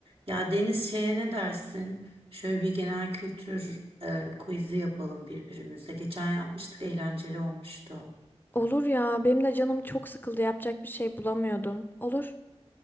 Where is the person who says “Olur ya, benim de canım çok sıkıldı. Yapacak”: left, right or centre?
Left